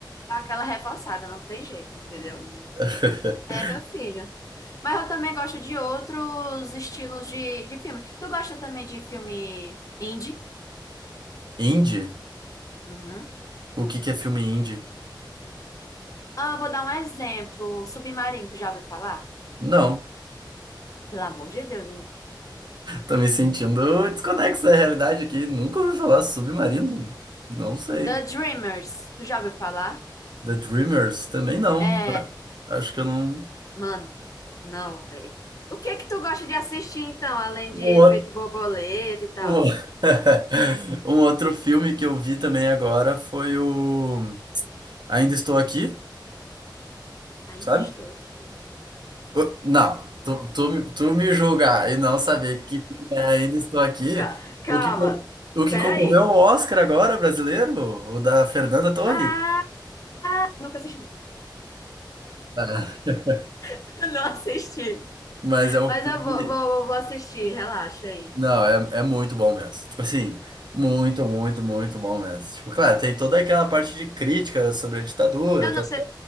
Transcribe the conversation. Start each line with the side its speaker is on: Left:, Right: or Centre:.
Left: aquela reforçada, não tem jeito, entendeu?
Right: <laughs>
Left: É, meu filho. Mas eu também gosto de outros estilos de, de filme. Tu gosta também de filme indie?
Right: Indie?
Left: Uhum.
Right: O que que é filme indie?
Left: Ah, vou dar um exemplo. Submarino, tu já ouviu falar?
Right: Não.
Left: Pelo amor de Deus. hein?
Right: Tô me sentindo desconexo da realidade aqui. Nunca ouvi falar Submarino. Não sei.
Left: The Dreamers, tu já ouviu falar?
Right: The Dreamers? Também não.
Left: É,
Right: né? Acho que eu não.
Left: mano, não, velho. O que que tu gosta de assistir então, além
Right: Um,
Left: de
Right: outro-
Left: Efeito Borboleta e tal?
Right: um <laughs> um outro filme que eu vi também agora foi o Ainda Estou Aqui,
Left: Ainda
Right: sabe?
Left: estou aqui.
Right: Ô, Não, tu, tu, me tu me julgar e não saber que ainda estou aqui,
Left: Ca- Calma,
Right: o que, co- o que
Left: peraí.
Right: concorreu ao Oscar agora, brasileiro, o da Fernanda Torres.
Left: Ah, nunca assisti.
Right: Ah. <laughs>
Left: <laughs> Não assisti.
Right: Mas é um
Left: Mas
Right: filme.
Left: eu vou, vou, vou assistir, relaxa aí.
Right: Não, é, é muito bom mesmo. Tipo assim, muito, muito, muito bom mesmo. Tipo, claro, tem toda aquela parte de crítica sobre a ditadura,
Left: Eu
Right: tá?
Left: não sei,